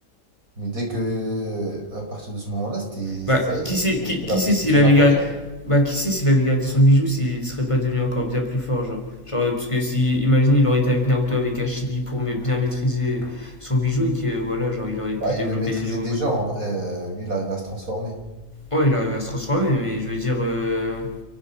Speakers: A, on the right; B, on the left.
A: Mais dès que. À partir de ce moment-là, c'était.
B: Bah,
A: Ça y est,
B: qui
A: c'était
B: sait, qui,
A: c'était
B: qui
A: la-
B: sait
A: c'était
B: s'il
A: son
B: avait
A: apogée.
B: gardé, bah, qui sait s'il avait gardé son bijou, s'il serait pas devenu encore bien plus fort, genre. Genre, euh, parce que si, imagine, il aurait été avec Naruto, avec Hashibi pour ma- bien maîtriser son bijou et que, euh, voilà, genre, il aurait pu
A: Bah,
B: développer
A: il le maîtrisait
B: des nouveaux
A: déjà
B: modes.
A: en vrai, euh, lui il arrive à se transformer.
B: Ouais, il arrive à se transformer, mais je veux dire, euh,